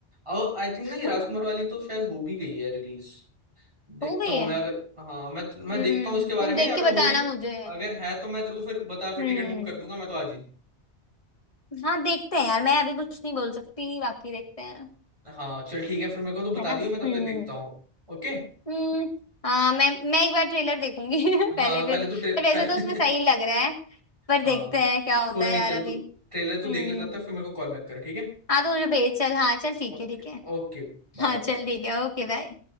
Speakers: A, on the right (about 25°); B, on the left (about 30°).
A: और आई थिंक
B: <laughs>
A: ना ये राजकुमार वाली तो शायद हो भी गई है रिलीज देखता
B: हो गई
A: हूँ
B: है
A: मैं अगर हाँ मैं मैं
B: हम्म
A: देखता हूँ इसके बारे
B: तुम
A: में
B: देख
A: अगर
B: के
A: होगी
B: बताना मुझे
A: अगर है तो मैं तेरे को फिर बता फिर
B: हम्म
A: टिकट बुक कर दूंगा मैं तो आज ही
B: हाँ देखते हैं यार मैं अभी कुछ नहीं बोल सकती बाकी देखते हैं
A: हाँ चल ठीक है फिर मेरे को तो बता
B: है ना
A: दियो मैं तब
B: हम्म
A: तक देखता हूँ ओके
B: हम्म हाँ मैं मैं एक बार ट्रेलर देखूंगी <laughs>
A: हाँ
B: पहले
A: तो
B: फिर
A: पहले तू ट्रे
B: पर वैसे
A: पहले
B: तो उसमें सही
A: <laughs>
B: लग रहा है पर
A: हाँ
B: देखते हैं क्या होता
A: कोई
B: है
A: नहीं
B: यार
A: चल
B: अभी
A: तू ट्रेलर तू देख
B: हम्म
A: ले तब तक फिर मेरे को कॉल बैक कर ठीक है
B: हाँ तो मुझे भेज चल हाँ चल ठीक
A: Okay
B: है ठीक है
A: okay bye
B: हाँ
A: bye
B: चल
A: bye.
B: ठीक है ओके बाय